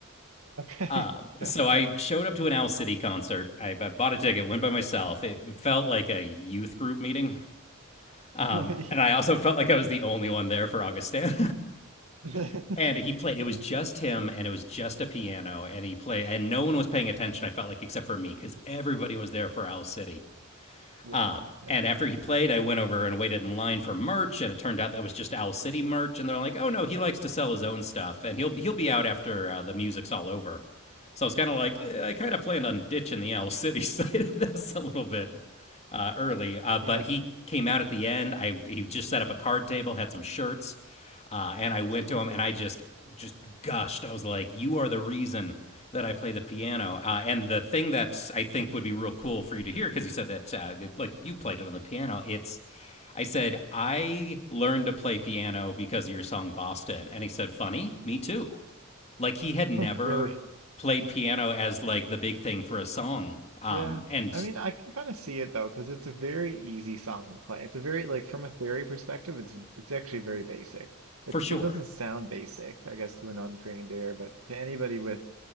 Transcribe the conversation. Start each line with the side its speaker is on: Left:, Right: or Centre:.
Right: Okay.
Left: Um,
Right: <laughs> Yeah.
Left: so I showed up to an Owl City concert. I, I bought a ticket, went by myself. It felt like a youth group meeting. Um,
Right: <laughs>
Left: and I also felt like I was the only one there for Augustin.
Right: Yeah.
Left: <laughs> and
Right: <laughs>
Left: he played, it was just him and it was just a piano. And he played, and no one was paying attention, I felt like, except for me, because everybody was there for Owl City.
Right: Yeah.
Left: Um,
Right: Yeah.
Left: and after he played, I went over and waited in line for merch, and it turned out that was just Owl City merch. And they're like, "Oh no, he likes to sell his
Right: Mm.
Left: own stuff, and he'll he'll be out after uh, the music's all over." So I was kind of like,
Right: Huh.
Left: eh, I kind of planned on ditching the Owl <laughs> City side of this a little bit uh, early, uh,
Right: Yeah.
Left: but he came out at the end. I he just set up a card table, had some shirts, uh, and
Right: That's
Left: I went
Right: cool.
Left: to him and I just just gushed. I was like, "You are the reason that I play the piano." Uh, and the thing that
Right: Wow.
Left: I think would be real cool for you to hear, because you said that uh, it, like you played it on the piano. It's I said
Right: Yeah.
Left: I learned to play piano because of your song Boston, and he said, "Funny, me too." Like he had never
Right: <laughs> Really.
Left: played piano as like the big thing for a song. Um,
Right: Yeah,
Left: and
Right: I mean, I can kind of see it though, because it's a very easy song to play. It's a very like from a theory perspective, it's it's actually very basic.
Left: for
Right: It
Left: sure,
Right: it doesn't sound basic, I guess, to an untrained ear, but to anybody with